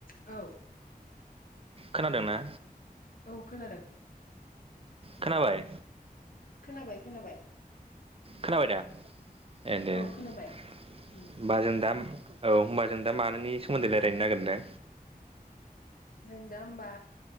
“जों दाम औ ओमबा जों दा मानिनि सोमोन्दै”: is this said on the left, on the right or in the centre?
Right